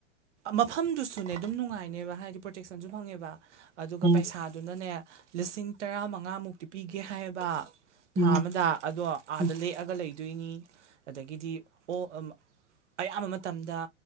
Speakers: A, on the right (about 75°); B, on the right (about 20°).
A: ꯃꯐꯝꯗꯨꯁꯨꯅꯦ ꯑꯗꯨꯝ ꯅꯨꯡꯉꯥꯏꯅꯦꯕ ꯍꯥꯏꯗꯤ ꯄ꯭ꯔꯣꯇꯦꯛꯁꯟꯁꯨ ꯐꯪꯉꯦꯕ ꯑꯗꯨꯒ
B: ꯎꯝ
A: ꯄꯩꯁꯥ ꯑꯗꯨꯅꯅꯦ ꯂꯤꯁꯤꯡ ꯇꯔꯥ ꯃꯉꯥꯃꯨꯛꯇꯤ ꯄꯤꯒꯦ ꯍꯥꯏꯕ
B: ꯎꯝ
A: ꯊꯥ ꯑꯃꯗ ꯑꯗꯣ ꯑꯥꯗ
B: ꯎꯝ ꯎꯝ
A: ꯂꯦꯛꯑꯒ ꯂꯩꯗꯣꯏꯅꯤ ꯑꯗꯒꯤꯗꯤ ꯑꯣ ꯑꯌꯥꯝꯕ ꯃꯇꯝꯗ